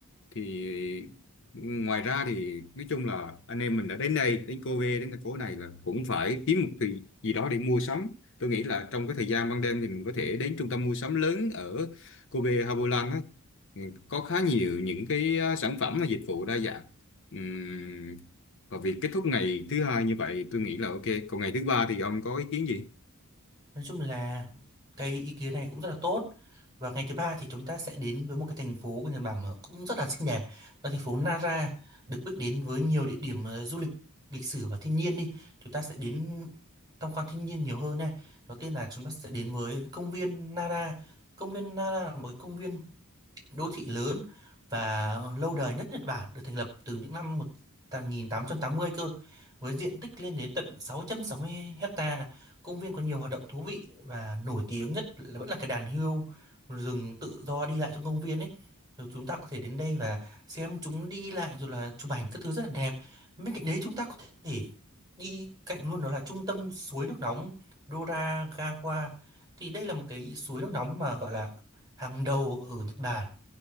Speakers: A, on the left; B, on the right.
A: thì ngoài ra thì nói chung là anh em mình đã đến đây đến Cô Vê đến thành phố này là cũng phải kiếm một thứ gì đó để mua sắm tôi nghĩ là trong cái thời gian ban đêm thì mình có thể đến trung tâm mua sắm lớn ở Cô Vê Hà á Ừ, có khá nhiều những cái ờ, sản phẩm và dịch vụ đa dạng Ừm, và việc kết thúc ngày thứ hai như vậy tôi nghĩ là ok còn ngày thứ ba thì ông có ý kiến gì
B: Nói chung là cái ý kiến này cũng rất là tốt. Và ngày thứ ba thì chúng ta sẽ đến với một cái thành phố của Nhật Bản mà cũng rất là xinh đẹp. Đó là thành phố Nara, được biết đến với nhiều địa điểm ờ, du lịch lịch sử và thiên nhiên đi. Chúng ta sẽ đến tham quan thiên nhiên nhiều hơn này. Đầu tiên là chúng ta sẽ đến với công viên Nara. Công viên Nara là một cái công viên đô thị lớn và lâu đời nhất Nhật Bản được thành lập từ những năm một nghìn tám tám trăm tám mươi cơ với diện tích lên đến tận sáu sáu trăm sáu mươi hecta công viên có nhiều hoạt động thú vị và nổi tiếng nhất là vẫn là cái đàn hươu rừng tự do đi lại trong công viên ấy rồi chúng ta có thể đến đây và xem chúng đi lại rồi là chụp ảnh các thứ rất là đẹp bên cạnh đấy chúng ta có thể đi cạnh luôn đó là trung tâm suối nước nóng Doragawa thì đây là một cái suối nước nóng mà gọi là hàng đầu ở Nhật Bản